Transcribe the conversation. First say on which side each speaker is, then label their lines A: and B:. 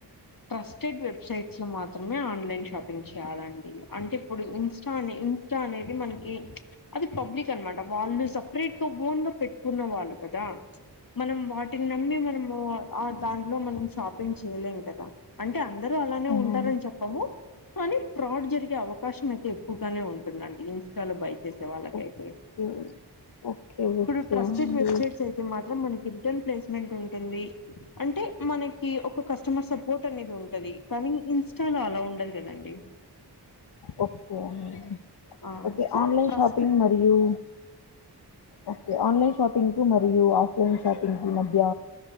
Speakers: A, on the left; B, on the left.
A: ట్రస్టెడ్ వెబ్సైట్స్ లో మాత్ మాత్రమే ఆన్లన్ షాపింగ్ చేయాలండి అంటే ఇప్పుడు ఇంస్టా అని ఇంస్టా అనేది మనకి అది పబ్లిక్ అనమాట వాళ్ళు సపరేట్ గా ఓన్గా పెట్టుకున్న వాళ్ళు కదా. మనం వాటిని నమ్మి మనము ఆ, దాంట్లో మనం షాపింగ్ చేయలేం కదా అంటే అందరు అలానే
B: అవునండి
A: ఉంటారని చెప్పము కానీ ఫ్రాడ్ జరిగే అవకాశం అయితే ఎక్కువగానే ఉంటుందండి ఇంస్టాలో బై చేసే వాళ్ళకైతే
B: ఓకే ఓకే
A: ఇప్పుడు
B: ఓకే
A: ట్రస్టెడ్
B: అండి
A: వెబసైట్స్ అయితే మాత్రం మన్కి రిటర్న్ ప్లేస్ పేమెంట్ ఉంటుంది అంటే మనక్ కి ఒక కస్టమర్ సపోర్ట్ అనేది ఉంటది కానీ ఇన్స్ చాలొ అలా ఉండదు కదండి
B: ఓకే అండి
A: ఆ
B: okay
A: so
B: online
A: trust
B: shopping
A: పిప్
B: మరియు ఓకే ఆన్లైన్ షాపింకు మరియు ఆఫ్ లైన్ షాపింగ్కి మధ్య